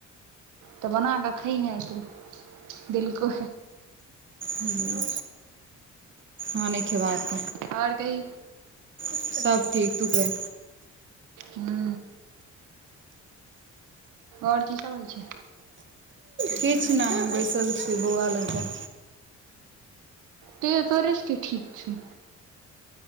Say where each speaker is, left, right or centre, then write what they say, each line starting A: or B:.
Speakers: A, on the right; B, on the right.
A: तऽ बना कऽ खइहे तू दिलको
B: हं हँ नहि खेबाक
A: आर कही
B: सब ठीक तू कहि
A: हू ओर की सभ होइ छै
B: किछ नै हम बैसल छी बौआ लग कऽ
A: ते तोरेसँ के ठीक छै